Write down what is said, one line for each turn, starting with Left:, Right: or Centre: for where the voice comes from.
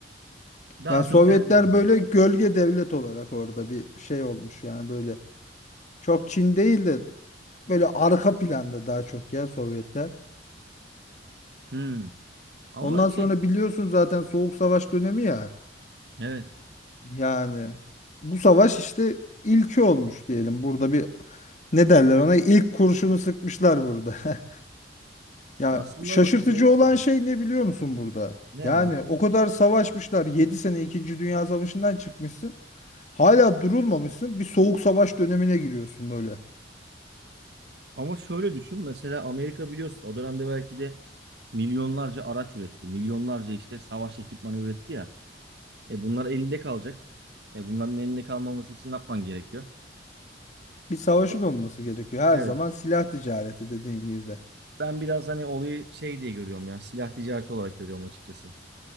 Right: Daha
Left: Yani Sovyetler
Right: çok ben öyle diyorum.
Left: böyle gölge devlet olarak orada bir şey olmuş yani böyle. Çok Çin değil de böyle arka planda daha çok ya Sovyetler.
Right: Hmm. Ama
Left: Ondan
Right: şey
Left: sonra biliyorsun zaten Soğuk Savaş dönemi ya.
Right: evet
Left: Yani bu savaş işte ilki olmuş diyelim. Burada bir ne derler ona ilk kurşunu sıkmışlar burada. <laughs> Ya
Right: aslında
Left: şaşırtıcı
Right: bu olsa
Left: olan
Right: da-
Left: şey ne biliyor musun burada?
Right: ne
Left: Yani
Right: abi?
Left: o kadar savaşmışlar. yedi sene ikinci Dünya Savaşı'ndan çıkmışsın. Hala durulmamışsın. Bir soğuk savaş dönemine giriyorsun böyle.
Right: Ama şöyle düşün mesela Amerika biliyorsun o dönemde belki de milyonlarca araç üretti. Milyonlarca işte savaş ekipmanı üretti ya. E bunlar elinde kalacak. E bunların elinde kalmaması için ne yapman gerekiyor?
Left: Bir savaşın
Right: Tamam.
Left: olması gerekiyor. Her
Right: Evet.
Left: zaman silah ticareti dediğin gibi de.
Right: Ben biraz hani olayı şey diye görüyorum ya. Silah ticareti olarak görüyorum açıkçası.